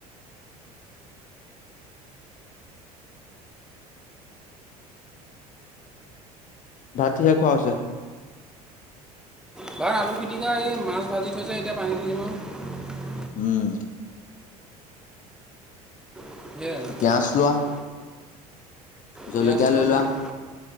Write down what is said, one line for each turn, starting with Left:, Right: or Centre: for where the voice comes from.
Left: ভাত কিহে খোৱা হৈছে?
Centre: বাৰ আলু পিটিকা, এই মাছ ভাজি থৈছে, এতিয়া পানী ধালিম আৰু।
Left: উম।
Centre: <unintelligible>
Left: পিয়াজ লোৱা জলকীয়া
Centre: পিয়াজ
Left: লৈ
Centre: লম
Left: লোৱা
Centre: আৰু,